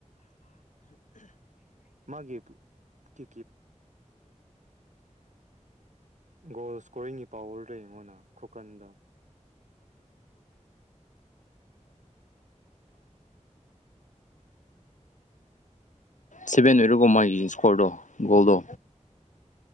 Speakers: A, on the right; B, on the left.
A: ꯃꯥꯒꯤꯦ ꯀ ꯒꯣꯜ ꯏꯁꯀꯣꯔꯤꯡꯒꯤ ꯄꯋꯔꯗ ꯑꯩꯉꯣꯟꯗ ꯈꯨꯀꯟꯗ
B: ꯁꯚꯦꯟ ꯑꯣꯏꯔꯨꯀꯣ ꯃꯥꯒꯤ ꯏꯁꯀꯣꯔꯗꯣ ꯒꯣꯜꯗꯣ